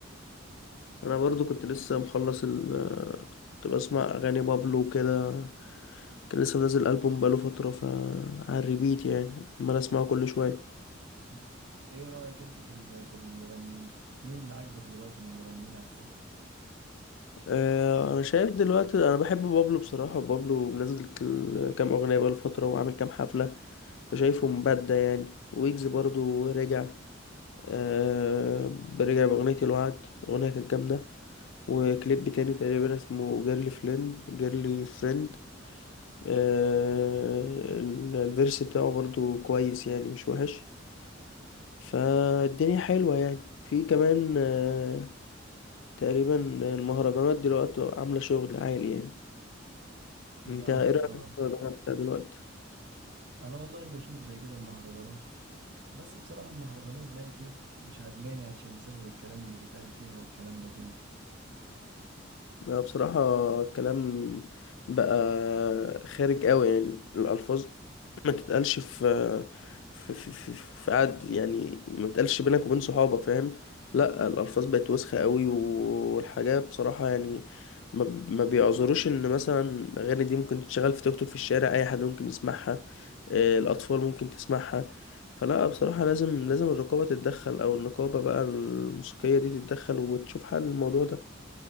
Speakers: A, on the left; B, on the right.
A: انا برضو كنت لسه مخلص ال كنت بسمع اغاني بابلو وكده كان لسه منزل البوم بقاله فتره ف على الريبيت يعني عمال اسمعه كل شويه
B: مم. ايه رأيك انت في ال- في المغنيين مين اللي عاجبك دلوقتي من المغنيين على الساحة
A: اه انا شايف دلوقتي انا بحب بابلو بصراحه بابلو منزل كل- كام اغنيه بقاله فتره وعامل كام حفله فشايفه مبدع يعني ويجز برضو رجع اه رجع باغنيه الوعد اغنيه كانت جامده وكليب تاني تقريبا اسمه جيرلي فريند جيرلي فريند آه ال- الفيرس بتاعه برضو كويس يعني مش وحش فالدنيا حلوة يعني في كمان آه تقريبا المهرجانات دلوقتي عاملة شغل عالي يعني انت
B: فاهم
A: ايه رأيك
B: آه.
A: في المهرجانات بتاع دلوقتي؟
B: انا والله بشوف زي كده المهرجانات بس بصراحة المهرجانات بقت ايه مش عاجباني عشان بسبب الكلام اللي بيتقال فيها والكلام ده كله
A: لا بصراحة الكلام بقى خارج قوي يعني الألفاظ ما تتقالش في في في في, في قعد يعني ما تتقالش بينك وبين صحابك فاهم لا الألفاظ بقت وسخة قوي والحاجة بصراحة يعني ما ما بيعذروش إن مثلا أغاني دي ممكن تتشغل في توك توك في الشارع أي حد ممكن يسمعها آه، الأطفال ممكن تسمعها فلا بصراحة لازم لازم الرقابة تتدخل أو النقابة بقى الموسيقية دي تتدخل وتشوف حل الموضوع ده